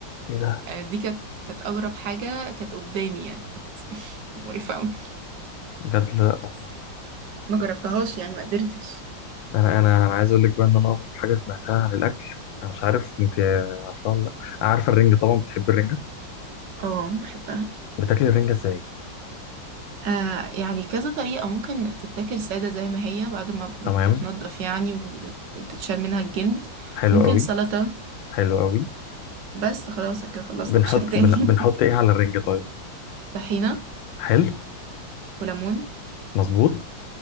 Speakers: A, on the left; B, on the right.
A: ايه ده
B: آه، دي كانت كانت اغرب حاجه كانت قدامي يعني فكانت <laughs> مقرفه قوي
A: بجد لا
B: ما جربتهاش يعني ما قدرتش
A: انا انا انا عايز اقول لك بقى ان انا اغرب حاجة سمعتها عن الاكل انا مش عارف انت عارفة ولا لا عارفة الرنجة طبعا بتحب الرنجة
B: اه بحبها
A: بتاكلي الرنجة ازاي
B: آه يعني كذا طريقة ممكن تتاكل سادة زي ما هي بعد ما بتتنضف
A: تمام
B: يعني وت- وتتشال منها الجلد
A: حلو
B: ممكن
A: قوي
B: سلطة
A: حلو قوي
B: بس خلاص كده خلصنا
A: بنحط
B: مفيش حاجة تاني
A: بن... بنحط
B: <laughs>
A: ايه على الرنجة طيب
B: طحينة
A: حلو
B: وليمون
A: مظبوط